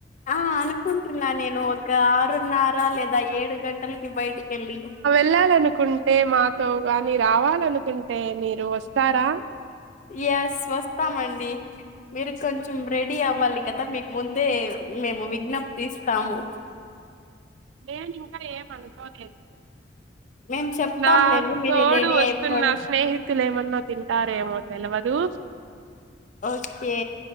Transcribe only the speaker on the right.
ఎళ్లాలనుకుంటే మాతో గాని రావాల్ టే మీరు వస్తారా
నేనింకా ఏం అనుకోలేదు
నా
తోడు
వస్తున్న
స్నేహితులు ఏమన్నా తింటారేమో తెలువద్ దు